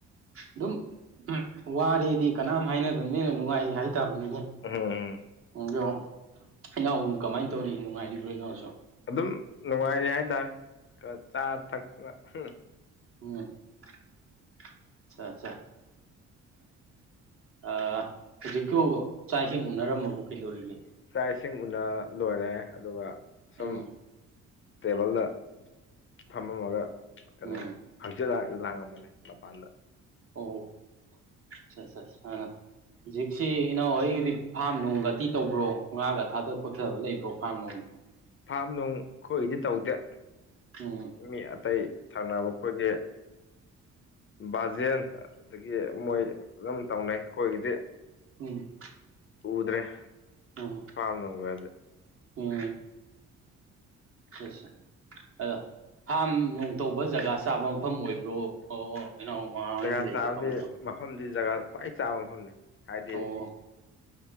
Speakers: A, on the right; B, on the left.
A: ꯑꯗꯨꯝ ꯎ ꯋꯥꯔꯦꯗꯤ ꯀꯅꯥꯝ ꯍꯥꯏꯅꯗꯕꯅꯦꯅ ꯅꯨꯡꯉꯥꯏꯔꯤ ꯍꯥꯏꯇꯥꯥꯕꯅꯤꯅꯦ
B: ꯎꯝ
A: ꯑꯗꯣ ꯏꯅꯥꯎꯕꯨ ꯀꯃꯥꯏꯅ ꯇꯧꯔꯤ ꯅꯨꯡꯉꯥꯏꯔꯤꯕ꯭ꯔꯣ ꯏꯅꯥꯎꯁꯨ
B: ꯑꯗꯨꯝ ꯅꯨꯡꯉꯥꯏꯔꯤ ꯍꯥꯏꯇꯥꯔꯦ ꯈ ꯆꯥ ꯊꯛꯇꯅ ꯑꯍꯝ
A: ꯎꯝꯠꯆꯥ ꯑ ꯍꯧꯖꯤꯛꯀ ꯆꯥꯛ ꯏꯁꯤꯡ ꯎꯅꯔꯝꯃꯕ ꯀꯩꯗꯧꯔꯤꯒꯦ
B: ꯏꯆꯥ ꯏꯁꯤꯡ ꯎꯅ ꯂꯣꯏꯔꯦ ꯑꯗꯨꯒ ꯁꯨꯝ
A: ꯎꯝ
B: ꯇꯦꯕꯜꯗ ꯐꯝꯃꯝꯃꯒ ꯀꯩꯅꯣ
A: ꯎꯝ
B: ꯍꯪꯆꯤꯛ ꯂꯥꯡ ꯂꯥꯡꯉꯝꯕꯅꯦ ꯃꯄꯥꯟꯗ
A: ꯑꯣ <unintelligible> ꯍꯧꯖꯤꯛꯁꯤ ꯏꯅꯥꯎꯍꯣꯏꯒꯤꯗꯤ ꯐꯥꯝ ꯅꯨꯡꯒꯗꯤ ꯇꯧꯕ꯭ꯔꯣ ꯉꯥꯒ ꯊꯥꯗ ꯈꯣꯠꯊꯕ ꯂꯩꯕ꯭ꯔꯣ ꯐꯥꯔꯝ ꯅꯨꯡ
B: ꯐꯥꯝ ꯅꯨꯡ ꯑꯩꯈꯣꯏꯗꯤ ꯇꯧꯗꯦ
A: ꯑꯣ
B: ꯃꯤ ꯑꯇꯩ ꯊꯪꯅꯕ ꯈꯣꯏꯒꯤ ꯕꯥꯖꯦꯟ ꯑꯗꯒꯤ ꯃꯣꯏ ꯑꯗꯨꯝ ꯇꯧꯅꯩ ꯑꯩꯈꯣꯏꯒꯤꯗꯤ
A: ꯎꯝ
B: ꯎꯗ꯭ꯔꯦ
A: ꯑꯣ
B: <unintelligible>
A: ꯎꯝ ꯁꯤꯁꯦ ꯑꯗꯣ ꯐꯥꯝ ꯅꯨꯡ ꯇꯧꯕ ꯖꯒꯥ ꯆꯥꯕ ꯃꯐꯝ ꯑꯣꯏꯕ꯭ꯔꯣ ꯑꯣ ꯃꯃꯥ ꯍꯣꯏꯅ
B: ꯖꯒꯥ
A: ꯂꯩꯗꯣ
B: ꯆꯥꯕꯗꯤ
A: ꯀꯃꯥꯏꯅ ꯇꯧ
B: ꯃꯐꯝꯗꯤ ꯖꯒꯥ ꯈ꯭ꯋꯥꯏ ꯆꯥꯕ ꯃꯐꯝꯅꯤ ꯍꯥꯏꯗꯤ
A: ꯑꯣ